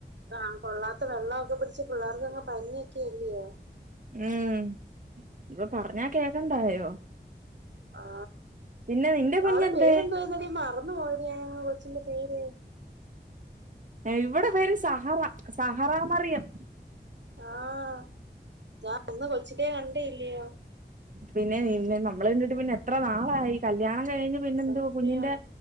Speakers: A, on the right; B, on the right.
A: ഈകൊള്ളാത്ത വെള്ളൊക്കെ പിടിച്ച്പിള്ളേർക്ക്ങ്ങ് പനിയൊക്കിഇല്ലിയോ
B: ഉം ഇപ്പൊ പറഞ്ഞാ കേക്കണ്ടായോ
A: ആ
B: പിന്നെ നിന്റെ കുഞ്ഞെന്തേ
A: അവ്ടെ പേരെന്തോയ്ര്ന്നടി മറന്നു പോയത്ഞാന ചിന്റെപേര്?
B: ഇവിടെപേര് സഹറ സഹറാമറിയം..
A: ആഹഞാൻ അന്ന് കൊച്ചിനെകണ്ടില്ല്യ
B: പിന്നെനിന്നെ നമ്മള്കണ്ടിട്ട് പിന്നെഎത്രനാളായി കല്യാണംകഴിഞ്ഞ് പിന്നെന്തു
A: സത്യാ
B: കുഞ്ഞിന്റെ